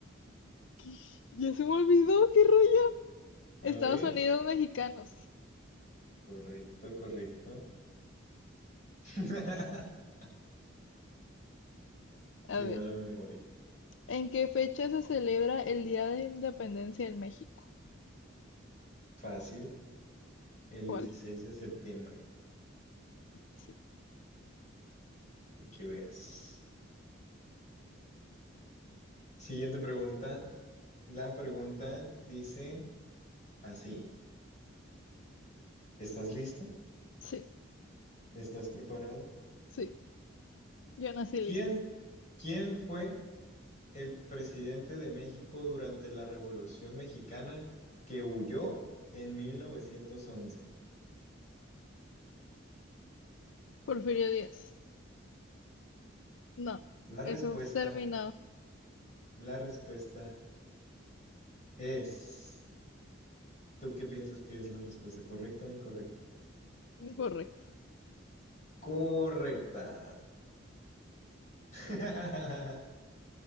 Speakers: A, on the left; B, on the left.
A: ¿Qué? Ya se me olvidó, qué rollo. Estados
B: A ver.
A: Unidos mexicanos.
B: Correcto, correcto. <laughs>
A: A
B: Qué
A: ver,
B: mala memoria.
A: ¿en qué fecha se celebra el Día de la Independencia en México?
B: Fácil. El
A: ¿Cuál?
B: 16 de septiembre.
A: Sí,
B: para Que veas. Siguiente pregunta. La pregunta dice así. ¿Estás lista?
A: sí,
B: ¿Estás preparado?
A: sí. Yo nací lista.
B: ¿Quién, quién fue el presidente de México durante la Revolución Mexicana que huyó en 1911?
A: Porfirio Díaz. No,
B: La
A: eso
B: respuesta,
A: terminado.
B: la respuesta es... ¿Tú qué piensas que es la respuesta? ¿Correcta o incorrecta?
A: Incorrecto.
B: Correcta. <laughs>